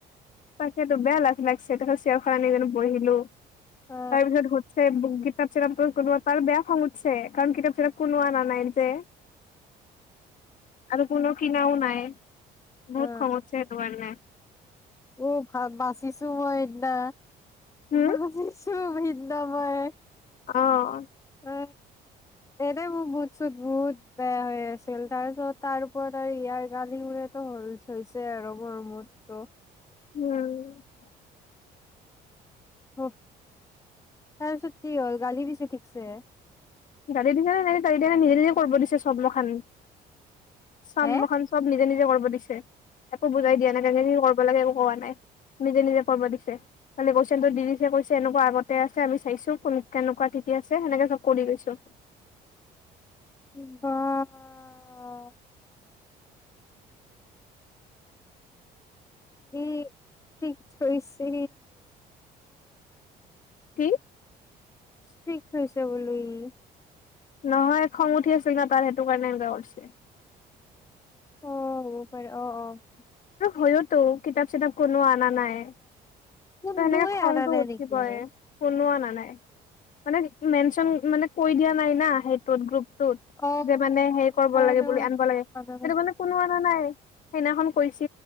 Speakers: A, on the left; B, on the left.
A: তাকেটো বেয়া লাজ লাগছে তেখেত চেয়াৰ খন আনি বঢ়িলো।
B: অ
A: তাৰপিছত হছেই বুগদি কিতাপ চিতাপ কোনা বেয়া খং উঠছে কাৰণ কিতাপ চিতাপ কোনো আনা নাই যে। আৰু কোনো কিনাও নাই। বহুত
B: অ
A: খঙ উটছে তোমাৰ কাৰণে।
B: উ ভা ভাল বাচিছো মই হেইদিনা।
A: হুম
B: বাছিছো। হো নিত্য ভয়।
A: অ'।
B: এ, এনে মোৰ মুট চুত বহুত বেয়া হৈ আছিল তাৰপিছত তাৰ ওপৰত আৰু ইয়াৰ গালি সুনি হৈছে আৰু মোৰ মুডটো।
A: উম।
B: তাৰ পিছত কি হ'ল গালী দিছে ঠিকছে।
A: ৰাতি দিছে ন' এ নিজে নিজে কৰিব দিছে চব মখান চাম
B: হে
A: মখান চব নিজে নিজে কৰিব দিছে। একো বুজাই দিয়া নাই কেনেকে কি কৰিব লাগে একো কোৱা নাই। নিজে নিজে কৰিব দিছে খালি কুইচন দি দিছে কৈছে এনেকুৱা আগতে আছে আমি চাইছো কেনেকুৱা কি আছে সেনেকে চব কৰি গৈছো।
B: অ', অ', অ'। উম, ঠিক থইছ <inaudible>
A: কি?
B: ষ্ট্ৰিক্ট হৈছে ব'লো ই।
A: নহয় খং উঠি আছিল না তাৰ সেইটো কাৰণে এনে উঠছে।
B: অ' হ'ব পাৰে অ', অ'।
A: হয়োতো কিতাপ চিতাপ কোনো অনা নাই।
B: কোনো
A: ত সেনেকে
B: নুই
A: খংটো
B: আনা নে,
A: উঠিবই।
B: নেকি এ
A: কোনো অনা নাই মানে মেনচোন মানে কৰি দিয়া নাই সেইটো গ্ৰুপ
B: অ
A: মানে হে
B: সেইকাৰণে
A: কৰিব লাগে বুলি আনিব লাগে
B: অনা
A: সেইটো কাৰণে কোনো অনা নাই। সেইনাখন কৈছে